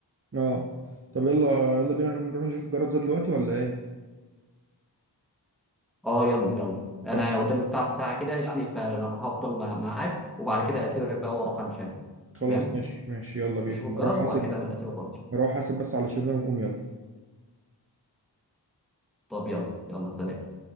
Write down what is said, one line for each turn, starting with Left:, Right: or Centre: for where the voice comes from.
Right: اه طب يلا يلا بينا نروح نشوف الجرد زاد دلوقتي ولا ايه
Centre: اه يلا يلا انا
Right: خل-
Centre: قدام بتاع ساعه كده يعني فهفضل مع- معاك وبعد كده اسيبك بقى واروح امشي انا
Right: خلاص
Centre: تمام
Right: ماشي ماشي يلا بينا
Centre: نشوف الجرس
Right: اروح حاسب
Centre: وبعد كده اسيبك وامشي
Right: اروح حاسب بس على اللي شربناه ونقوم يلا
Centre: طب يلا يلا سلام